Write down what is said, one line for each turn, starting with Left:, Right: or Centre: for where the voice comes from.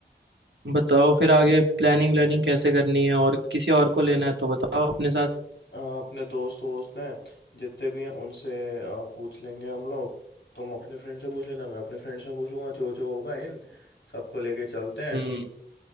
Right: बताओ फिर आगे प्लानिंग व्लानिंग कैसे करनी है और किसी और को लेना है तो बताओ अपने साथ
Left: अ, अपने दोस्त वोस्त हैं जितने भी हैं उनसे अ, पूछ लेंगे हम लोग तुम अपने फ्रेंड से पूछ लेना मैं अपने फ्रेंड से पूछूंगा जो जो होगा इन सबको लेके चलते हैं
Right: हम्म